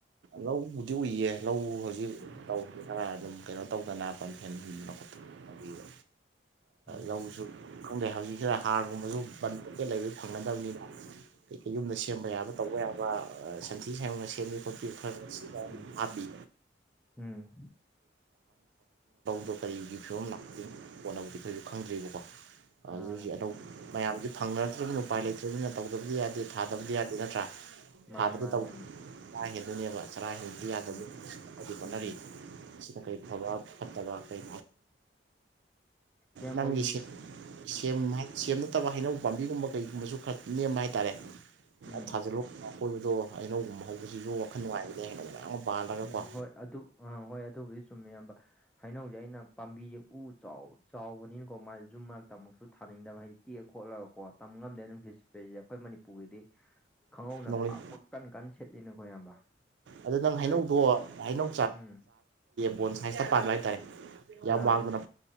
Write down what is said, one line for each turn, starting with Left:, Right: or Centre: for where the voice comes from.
Right: ꯂꯧꯕꯨꯗꯤ ꯎꯏꯌꯦ ꯂꯧ ꯍꯧꯖꯤꯛ
Centre: ꯎꯝ
Right: ꯇꯗꯦ ꯈꯔ ꯑꯗꯨꯝ ꯀꯩꯅꯣ ꯇꯧꯗꯅ ꯄꯝꯐꯦꯟ ꯂꯤꯡꯗꯅ ꯈꯣꯠꯇꯅ
Centre: ꯎꯝ
Right: ꯂꯧꯁꯨ ꯈꯪꯗꯦ ꯍꯧꯖꯤꯛꯁꯤꯗ ꯍꯥꯔꯒꯨꯝꯕꯁꯨ ꯕꯟ ꯂꯩꯕ ꯐꯪꯅꯗꯕꯅꯤꯅ ꯀꯩ ꯀꯩ ꯌꯨꯝꯗ ꯁꯦꯝꯕ ꯌꯥꯕ ꯇꯧꯕ ꯌꯥꯕ ꯁꯟꯊꯤ ꯁꯟꯌꯨꯡꯅ ꯁꯦꯝꯕꯤ ꯈꯣꯠꯄꯤꯗꯨ
Centre: ꯎꯝ
Right: ꯑꯗꯨ
Centre: ꯎꯝ
Right: ꯀ ꯀꯔꯤꯒꯤ ꯐꯤꯕꯝꯗ ꯂꯥꯛꯇꯧꯅꯣ ꯀꯔꯤꯁꯨ ꯈꯪꯗ꯭ꯔꯤꯕ ꯍꯧꯖꯤꯛ
Centre: ꯑꯥ
Right: ꯍꯧꯖꯤꯛ ꯑꯗ ꯃꯌꯥꯝꯁꯤ ꯐꯪꯅꯔꯛꯇ꯭ꯔꯕ ꯎꯄꯥꯏ ꯂꯩꯇ꯭ꯔꯕꯅꯤꯅ ꯇꯧꯗꯕꯗꯤ ꯌꯥꯗꯦ ꯊꯥꯗꯕꯗꯤ ꯌꯥꯗꯦ ꯅꯠꯇ꯭ꯔꯥ
Centre: ꯃꯥꯅꯦ
Right: ꯊꯥꯗꯗꯤ
Centre: ꯃꯥꯅꯦ
Right: ꯇꯧꯗ
Centre: ꯏꯌꯥꯝꯕ
Right: ꯆꯔꯥ ꯍꯦꯟꯗꯣꯏꯅꯦꯕ ꯆꯔꯥ ꯍꯦꯟꯗꯤ ꯌꯥꯗꯕ
Centre: ꯎꯝ
Right: ꯍꯥꯏꯗꯤ ꯍꯣꯠꯅꯔꯤ
Centre: ꯎꯝ
Right: ꯀꯩ ꯐꯕ ꯐꯠꯇ ꯇꯥꯕ ꯀꯩ
Centre: ꯏꯌꯥꯝꯕ
Right: ꯂꯪꯒꯤꯁꯤ
Centre: ꯍꯣꯏꯗꯤ
Right: ꯁꯦꯝ ꯅꯠꯇꯕ ꯍꯩꯅꯧ ꯄꯥꯝꯕꯤꯒꯨꯝꯕ ꯀꯩꯒꯨꯝꯕꯁꯨ ꯈꯔ ꯅꯦꯝꯕ ꯍꯥꯏꯇꯥꯔꯦ
Centre: ꯎꯝ
Right: ꯊꯥꯖꯜꯂꯣ ꯑꯀꯣꯏꯕꯗꯣ ꯍꯩꯅꯧꯒꯨꯝꯕ ꯍꯧꯕꯁꯤꯁꯨ ꯋꯥꯈꯜ ꯅꯨꯡꯉꯥꯏꯕꯅꯦ ꯍꯥꯏꯗꯤ ꯃꯌꯥꯝ ꯄꯥꯜꯂꯒꯀꯣ
Centre: ꯎꯝ ꯍꯣꯏ ꯑꯗꯨ ꯑ ꯍꯣꯏ ꯑꯗꯨꯕꯨꯗꯤ ꯆꯨꯝꯃꯤ ꯏꯌꯥꯝꯕ ꯍꯩꯅꯩꯁꯦ ꯑꯩꯅ ꯄꯥꯝꯕꯤꯁꯦ ꯎ ꯆꯥꯎꯕꯅꯤꯅꯀꯣ ꯃꯥꯏ ꯌꯨꯝ ꯃꯔꯛꯇ ꯑꯃꯨꯛꯁꯨ ꯊꯥꯅꯤꯡꯗꯕ ꯍꯥꯏꯗꯤ ꯇꯦꯛꯑ ꯈꯣꯠꯂꯒꯀꯣ ꯇꯝ ꯉꯝꯗꯦ ꯅꯨꯡꯁꯤꯠ ꯁꯤꯠꯄꯁꯦ ꯑꯩꯈꯣꯏ ꯃꯅꯤꯄꯨꯔꯒꯤꯗꯤ ꯈꯪꯍꯧꯅ
Right: ꯅꯣꯡꯂꯤꯡ
Centre: ꯄꯥꯛꯄ ꯀꯟ ꯀꯟ ꯁꯦꯠꯂꯤꯅꯀꯣ ꯏꯌꯥꯝꯕ
Right: ꯑꯗꯨ ꯅꯪ
Centre: ꯑꯗꯣ
Right: ꯍꯩꯅꯧꯗꯣ ꯍꯩꯅꯧ
Centre: ꯎꯝ
Right: ꯕꯣꯟ ꯁꯥꯏꯁꯇ ꯄꯥꯟꯕ ꯍꯥꯏꯇꯥꯔꯦ ꯌꯥꯝ
Centre: ꯑꯥ
Right: ꯋꯥꯡꯗꯅ